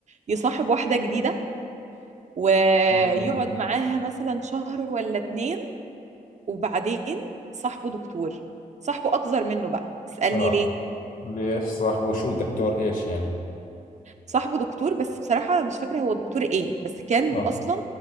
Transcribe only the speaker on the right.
يصاحب واحدة جديدة ويقعد
معاها مثلا شهر ولا اتنين وبعدين صاحبه دكتور صاحبه اكبر منه بقى اسألني
ليه
صاحبه دكتور بس بصراحة مش فاكرة هو دكتور ايه بس كان
اصلا